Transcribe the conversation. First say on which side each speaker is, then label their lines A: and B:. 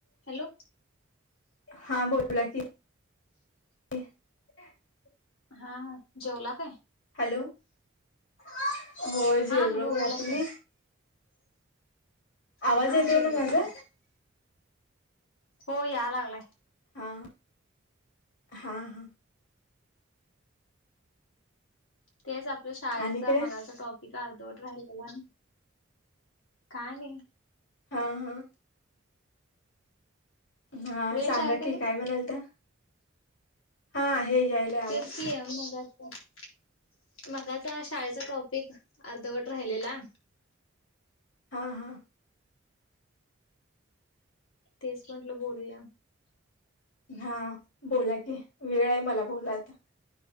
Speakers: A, on the left; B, on the left.
A: Hello
B: हा बोला की. <inaudible>
A: हा, जेवला काय?
B: हॅलो, हो
A: हा
B: जेवलो
A: हॅलो
B: बघा.
A: बोला
B: तुम्ही?
A: की
B: आवाज
A: हा
B: येतोय
A: जेवले
B: ना माझा?
A: बघा. हो या लागलाय.
B: हां हा हां.
A: तेच आपलं शाळेचा
B: आणि काय
A: मगाचा टॉपिक ते अर्धवट राहिलेला ना. काय नाही.
B: हा हा. हा
A: रेंज
B: सांगा
A: आहे का
B: की
A: नाही?
B: काय म्हणालता? <inaudible> हा आहे. यायलाय आवाज
A: तेच की मी आता <unintelligible> मगाचा शाळेचा टॉपिक अर्धवट राहिलेला.
B: हा हा.
A: तेच म्हटलं बोलूया.
B: हा बोला की वेळ आहे मला बोला आता.